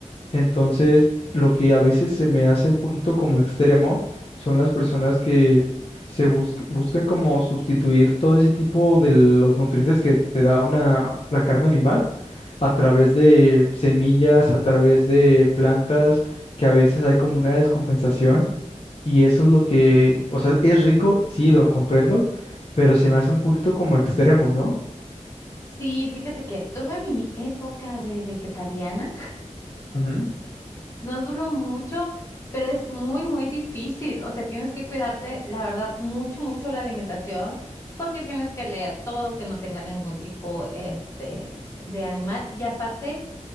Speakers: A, on the left (about 50°); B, on the left (about 25°).
A: Entonces, lo que a veces se me hace un poquito como extremo son las personas que se bus- buscan como sustituir todo ese tipo de los nutrientes que te da una, la carne animal a través de semillas, a través de plantas, que a veces hay como una descompensación y eso es lo que, o sea, es rico, sí, lo comprendo, pero se me hace un poquito como extremo, ¿no?
B: Sí, fíjate que tuve mi época de vegetariana.
A: Ujú,
B: No duró mucho, pero es muy, muy difícil. O sea, tienes que cuidarte, la verdad, mucho, mucho la alimentación, porque tienes que leer todo, que no tenga ningún tipo, este, de animal. Y aparte,